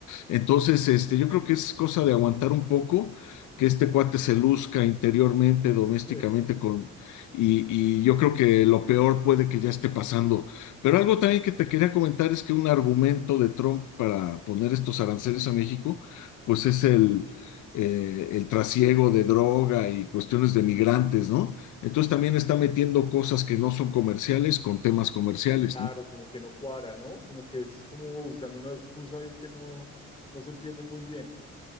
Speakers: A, on the left (about 75°); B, on the left (about 20°).
A: Entonces, este, yo creo que es cosa de aguantar un poco, que este cuate se luzca interiormente, domésticamente,
B: <laughs>
A: con, y, y yo creo que lo peor puede que ya esté pasando. Pero algo también que te quería comentar es que un argumento de Trump para poner estos aranceles a México, pues es el, eh, el trasiego de droga y cuestiones de migrantes, ¿no? Entonces también está metiendo cosas que no son comerciales con temas comerciales,
B: Claro,
A: ¿no?
B: como que no cuadra, ¿no? Como que es como buscando una excusa ahí que no, no se entiende muy bien.